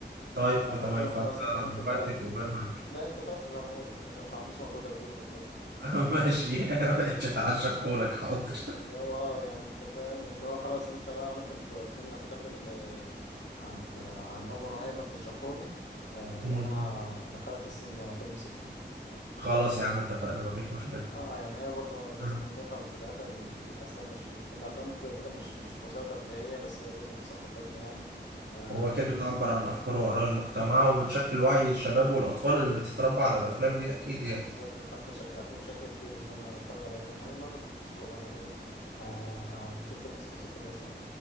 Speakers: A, on the right (about 80°); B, on the left (about 80°).
A: طيب
B: فلو
A: تمام
B: كده
A: فانت
B: خلاص انت ممكن
A: ودي
B: بقى
A: في اوبنهايمر
B: لا انت تقعد تفهمهولي لان انا مش عنديش مجهود ابذله في الفيلم
A: <laughs> ماشي ماشي
B: <laughs>
A: هشرحهولك حاضر
B: اللي هو اه يعني انت فاهم اللي هو خلاص انت بقى ممكن تودلنا كده فيلم آه، عن عن اوبنهايمر تشرحهولي آه
A: امم.
B: وانا هدخلك السينما فيلم سيكو سيكو
A: خلاص يا عم اتفقنا مفيش مشكلة
B: اه يعني هي برضه لازم
A: امم.
B: نفهم في الاخر ان الافلام مش الافلام كده كده مش مش وسيله ترفيهيه بس هي جزء من ثقافتنا يعني آه
A: هو كده بتعبر عن أفكار وآراء المجتمع وبتشكل وعي الشباب والأطفال اللي بتتربى على الأفلام دي أكيد يعني
B: بالظبط فانت شجعتني بشكل كبير ان انا اتفرج على اوبنهايمر هو انا ايه ه- هنشوف فيلم سيكو سيكو ده سوا